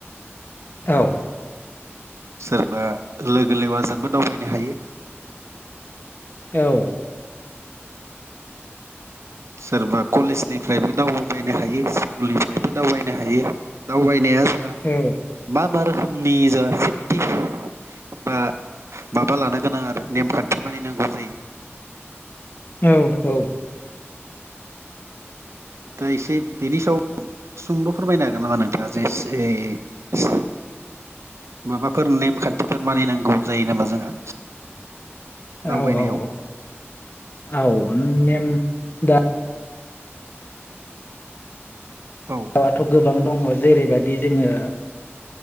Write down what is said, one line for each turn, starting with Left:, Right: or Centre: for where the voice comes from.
Left: औ
Right: सोरबा लोगो लेवाजोंबो दावबायनो हायो।
Left: औ
Right: सोरबा कलेजनिफ्रायबो दावबायबायनो हायो स्कुलनिफ्रायबो दावबायनो हायो दावबायनाया जोंहा
Left: औ
Right: मा मा रोखोमनि जोंहा सेफटि बा माबा लानो गोनां आरो नेमखान्थि मानिनांगौ जायो।
Left: औ औ
Right: दा एसे बेनि सायाव सुंद' फोरमायनो हागोन नामा नोंथाङा जे ओइ माबा फोर नेमखान्थिफोर मानिनांगौ जायो नामा जोंहा? दावबायनायाव
Left: औ औ औ नेम दा
Right: औ
Left: रावथ' गोबां दङ जेरैबायदि जोङो